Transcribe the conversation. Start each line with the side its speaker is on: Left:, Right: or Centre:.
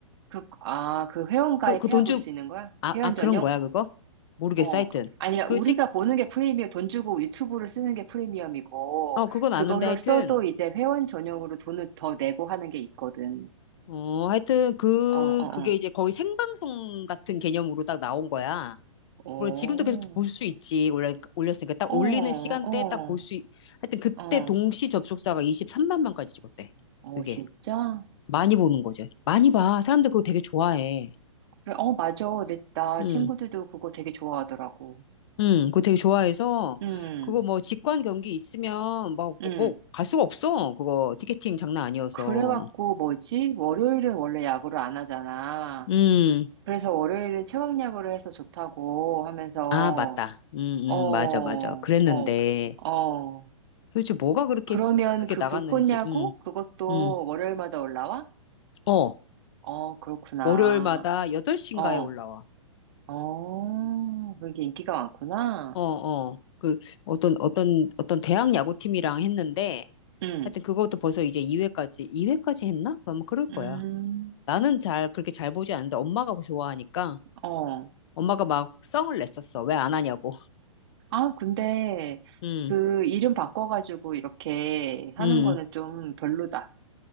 Right: 그, 아, 그 회원 가입해야
Left: 그, 그 돈
Right: 볼
Left: 주,
Right: 수 있는 거야?
Left: 아,
Right: 회원
Left: 아, 그런
Right: 전용?
Left: 거야, 그거? 모르겠어.
Right: 어.
Left: 하여튼.
Right: 아니, 우리가
Left: 그 찍,
Right: 보는 게 프리미엄, 돈 주고 유튜브를 쓰는 게 프리미엄이고,
Left: 어, 그건
Right: 그걸로
Left: 아는데 하여튼.
Right: 써도 이제 회원 전용으로 돈을 더 내고 하는 게 있거든.
Left: 어, 하여튼 그
Right: 어, 어,
Left: 그게 이제 거의 생방송 같은 개념으로 딱 나온 거야.
Right: 어. 오.
Left: 물론 지금도 계속 볼 수 있지. 올려, 올렸으니까 딱
Right: 어,
Left: 올리는
Right: 어,
Left: 시간대에 딱 볼 수, 있... 하여튼 그때
Right: 어.
Left: 동시 접속자가 23만 명까지 찍었대.
Right: 어,
Left: 그게
Right: 진짜?
Left: 많이 보는 거죠. 많이 봐. 사람들 그거 되게 좋아해.
Right: 그래, 어, 맞아. 근데 나
Left: 응,
Right: 친구들도 그거 되게 좋아하더라고.
Left: 응, 그거 되게 좋아해서
Right: 음,
Left: 그거 뭐 직관 경기 있으면 막뭐갈
Right: 음.
Left: 수가 없어. 그거 티켓팅 장난 아니어서.
Right: 그래갖고 뭐지? 월요일은 원래 야구를 안 하잖아.
Left: 음,
Right: 그래서 월요일은 최강야구를 해서 좋다고 하면서,
Left: 아 맞다. 음,
Right: 어, 어,
Left: 음, 맞아, 맞아. 그랬는데.
Right: 어.
Left: 도대체 뭐가 그렇게
Right: 그러면
Left: 그게
Right: 그
Left: 나갔는지.
Right: 불꽃야구?
Left: 음.
Right: 그것도
Left: 음.
Right: 월요일마다 올라와?
Left: 어.
Right: 어, 그렇구나.
Left: 월요일마다 8시인가에
Right: 어,
Left: 올라와.
Right: 어, 그게 인기가 많구나.
Left: 어, 어. 그 어떤 어떤 어떤 대학 야구팀이랑 했는데
Right: 음,
Left: 하여튼 그것도 벌써 이제 2회까지 2회까지 했나? 아마 그럴 거야.
Right: 음,
Left: 나는 잘 그렇게 잘 보지 않는데 엄마가 뭐 좋아하니까
Right: 어.
Left: 엄마가 막 성을 냈었어. 왜 안 하냐고.
Right: 아, 근데
Left: 음.
Right: 그 이름 바꿔가지고 이렇게 하는
Left: 음.
Right: 거는 좀 별로다.